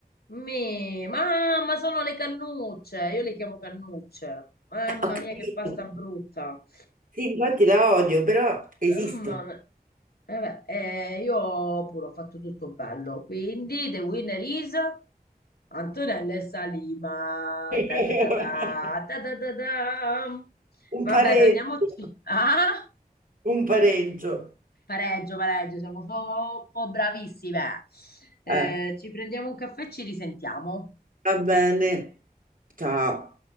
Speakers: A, on the left (about 80°); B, on the right (about 60°).
A: Mi, mamma, sono le cannucce. Io le chiamo cannucce. Mamma
B: Eh, Ho capito.
A: mia, che pasta brutta.
B: Sì, infatti la odio, però esiste.
A: Mamma mia. Eh beh, eh, io pure ho fatto tutto bello. Quindi, the winner is Antonella e Salima.
B: <laughs>
A: Ta ta ta ta, ta ta ta ta.
B: Un
A: Vabbè,
B: pareggio,
A: prendiamoci. Ah?
B: un pareggio.
A: Pareggio, pareggio, siamo troppo bravissime. Eh,
B: Eh,
A: ci prendiamo un caffè e ci risentiamo.
B: va bene. Ciao.